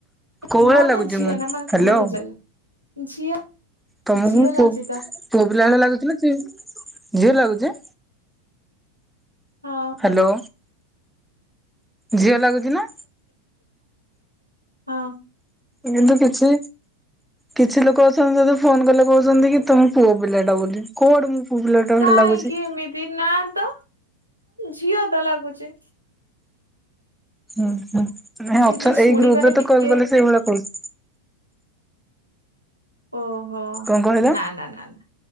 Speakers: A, in the centre; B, on the right.
A: କୋଉ
B: ପୁଅ
A: ଭଳିଆ ଲାଗୁଛି
B: ନା ଝିଅ
A: ମୁଁ?
B: ନା ମାନେ
A: ହ୍ୟାଲୋ।
B: ବୁଝିପାରିଲି ଝିଅ।
A: ତମକୁ
B: ଝିଅ
A: ମୁଁ
B: ଲାଗୁଛି
A: କୋଉ
B: ତ
A: ପୁଆପିଲା ଭଳିଆ ଲାଗୁଛି ନା ଝିଅ ଝିଅ ଲାଗୁଛି?
B: ହଁ।
A: ହ୍ୟାଲୋ। ଝିଅ ଲାଗୁଛି ନା?
B: ହଁ।
A: କିନ୍ତୁ କିଛି କିଛି ଲୋକ ଅଛନ୍ତି ଯଦି ଫୋନ କଲେ କହୁଛନ୍ତି କି ତମେ ପୁଅ ପିଲା ଟା ବୋଲି କୋଉ ଆଡୁ ମୁଁ ପୁଅପିଲା ଟା
B: କାହିଁକି
A: ଭଳି ଲାଗୁଛି?
B: ଏମିତି ନା ତ ଝିଅ ତ ଲାଗୁଚି।
A: ହୁଁ ହୁଁ। ନଁ
B: ସେ
A: ଅଛ
B: ଯେ ଶୁଣିବାରେ
A: ଏଇ ଗ୍ରୁପରେ ତ
B: ଟିକେ
A: କଲ୍ କଲେ ସେଇଭଳିଆ କହୁ
B: ଓଃ। ହଁ
A: କଣ କହିଲ?
B: ନା ନା ନା ନା।